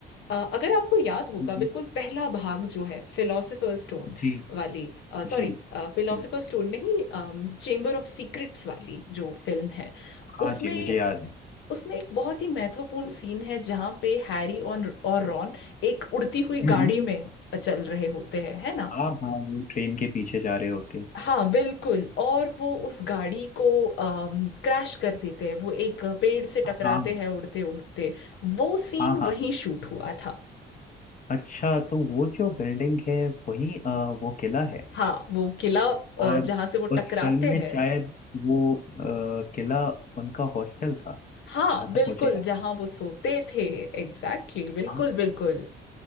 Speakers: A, on the left; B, on the left.
A: अ, अगर आपको याद होगा
B: हम्म,
A: बिल्कुल
B: हम्म।
A: पहला भाग जो है फिलोसोफर स्टोन
B: जी
A: वाली सॉरी
B: जी
A: फिलोसोफर
B: जी
A: स्टोन नहीं चेम्बर ऑफ सीक्रेट्स वाली जो फिल्म है
B: हाँ
A: उसमें
B: जी मुझे याद है
A: उसमें एक बहुत ही महत्वपूर्ण सीन है जहां पे हैरी और और रॉन एक उड़ती हुई
B: हम्म,
A: गाड़ी
B: हम्म।
A: में चल रहे होते हैं है ना
B: हाँ हाँ वो ट्रेन के पीछे जा रहे होते हैं
A: हाँ बिल्कुल और वो उस गाड़ी को क्रैश कर देते हैं वो एक पेड़ से टकराते
B: हाँ
A: हैं उड़ते उड़ते वो सीन
B: हाँ हाँ
A: वहीं
B: हाँ।
A: शूट हुआ था
B: अच्छा तो वो जो बिल्डिंग है वही अ, वो किला है
A: हाँ वो किला अ,
B: और
A: जहाँ से वो
B: उस
A: टकराते
B: फिल्म में
A: हैं
B: शायद वो अ, किला उनका हॉस्टल था
A: हाँ
B: जहाँ
A: बिल्कुल
B: तक मुझे याद
A: जहाँ वो सोते थे एग्जैक्टली exactly, बिल्कुल
B: हाँ
A: बिल्कुल